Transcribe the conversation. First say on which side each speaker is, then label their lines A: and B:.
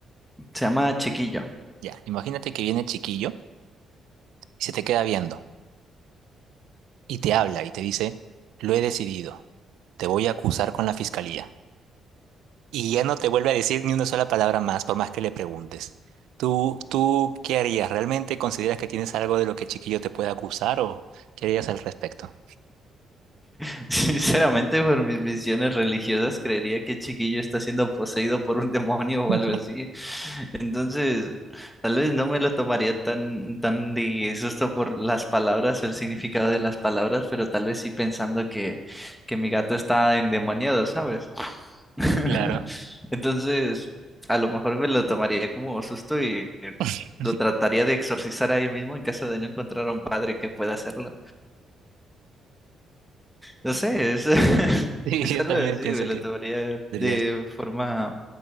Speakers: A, in the centre; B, on the right.
A: Se llama Chiquillo.
B: Ya, imagínate que viene chiquillo y se te queda viendo. y te habla y te dice, lo he decidido, te voy a acusar con la fiscalía. Y ya no te vuelve a decir ni una sola palabra más por más que le preguntes. ¿Tú, tú qué harías? ¿Realmente consideras que tienes algo de lo que Chiquillo te puede acusar o qué harías al respecto?
A: <laughs> Sinceramente, por mis visiones religiosas, creería que Chiquillo está siendo poseído por un demonio o
B: <laughs>
A: algo así. Entonces, tal vez no me lo tomaría tan, tan de susto por las palabras o el significado de las palabras, pero tal vez sí pensando que, que mi gato está endemoniado, ¿sabes? <laughs>
B: Claro.
A: Entonces, a lo mejor me lo tomaría como susto y
B: <laughs>
A: lo trataría de exorcizar ahí mismo en caso de no encontrar a un padre que pueda hacerlo. No sé, es, <laughs>
B: Sí,
A: es
B: yo
A: algo
B: también
A: así,
B: pienso
A: güey, lo
B: que
A: tomaría
B: dirías.
A: de forma,